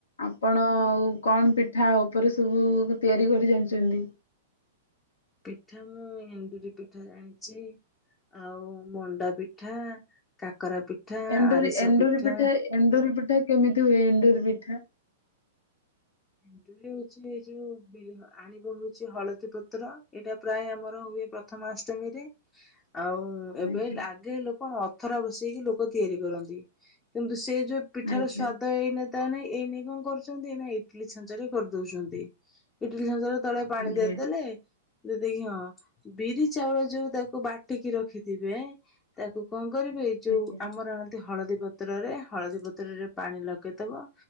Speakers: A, on the left; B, on the left.
A: ଆପଣ ଆଉ କଣ ପିଠା ଉପରେ ସବୁ ତିଆରି କରି ଜାଣିଛନ୍ତି। <inaudible>
B: ପିଠା ମୁଁ ଏଣ୍ଡୁରି ପିଠା ଜାଣିଛି। ଆଉ ମଣ୍ଡା ପିଠା, କାକରା ପିଠା,
A: ଏଣ୍ଡୁରି
B: ଆରିସା
A: ଏଣ୍ଡୁରି
B: ପିଠା।
A: ଏଣ୍ଡୁରି ପିଠା କେମିତି ହୁଏ? ଏଣ୍ଡୁୁରି ପିଠା।
B: ଏଣ୍ଡୁରି ହଉଛି ଏ ଯୋଉ ବି ଆଣିବ ହଉଛି ହଳଦୀ ପତ୍ର ଏଇଟା ପ୍ରାୟ ଆମର ର ହୁଏ ପ୍ରଥମା ଅଷ୍ଟମୀରେ। ଆଉ ଏବେ
A: ଆଜ୍ଞା
B: ଆଗେ ଲୋକଣ ଅଥରା ବସେଇକି ଲୋକ ତିଆରି କରନ୍ତି କିନ୍ତୁ ସେ ଯୋଉ ପିଠାର
A: ଆଜ୍ଞା
B: ସ୍ଵାଦ ଏଇନେ ତ ଆଉ ନାହିଁ ଏଇନେ କଣ କରୁଛନ୍ତି ନାଇ ଇଟିଲୀ ଛାଞ୍ଚ ରେ କରିଦଉଛନ୍ତି ଇଟିଲୀ ଛାଞ୍ଚ ରେ ତଳେ ପାଣି
A: ଆଜ୍ଞା
B: ଦେଇଦେଲେ ଦେଇଦେଇକିି ହଁ ବିରି ଚାଉଳ ଯୋଉ ତାକୁ ବାଟିକି ରଖିଥିବେ ତାକୁ କଣ କରିବେଇ ଯୋଉ
A: ଆଜ୍ଞା
B: ଆମର ଦେହ-। ହଳଦୀ ପତ୍ରରେ ହଳଦୀ ପତ୍ରରେ ପାଣି ଲଗେଇଦବ